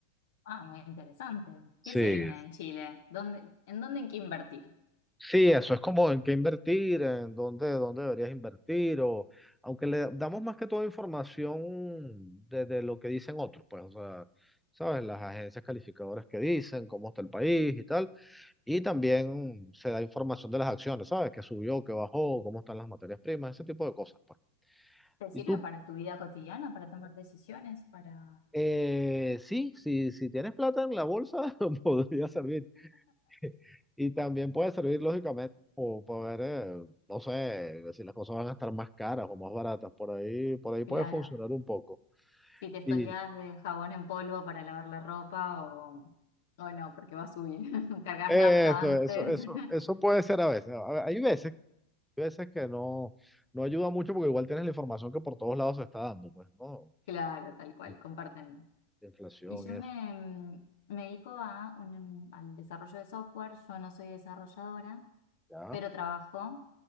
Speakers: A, on the left; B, in the centre.
A: Ah, muy interesante.
B: Sí,
A: ¿Qué se viene en Chile? ¿Dónde, en dónde hay que invertir?
B: Sí, eso es como en qué invertir, en dónde, dónde deberías invertir, o aunque le damos más que toda información de, de lo que dicen otros, pues, o sea, sabes, las agencias calificadoras que dicen, cómo está el país y tal, y también se da información de las acciones, sabes, que subió, que bajó, cómo están las materias primas, ese tipo de cosas, pues.
A: ¿Te sirve
B: Y tú,
A: para tu vida cotidiana, para tomar decisiones, para...
B: eh, sí, si, si tienes plata en la bolsa, <laughs> podría servir <laughs> Y también puede servir, lógicamente, como para ver, eh, no sé, si las cosas van a estar más caras o más baratas. Por ahí, por ahí
A: Claro.
B: puede funcionar un poco.
A: si te estoqueás
B: Y
A: de jabón en polvo para lavar la ropa o, o no, porque va a subir. <laughs> Cargas
B: eso,
A: nafta antes.
B: eso, eso,
A: <laughs>
B: eso puede ser a veces. A- Hay veces, hay veces que no, no ayuda mucho porque igual tienes la información que por todos lados se está dando, pues, ¿no?
A: Claro, tal cual,
B: In-
A: comparten.
B: Inflación
A: Y yo
B: y eso.
A: me, mm, me dedico a un- al desarrollo de software. Yo no soy desarrolladora,
B: Ya,
A: pero trabajo.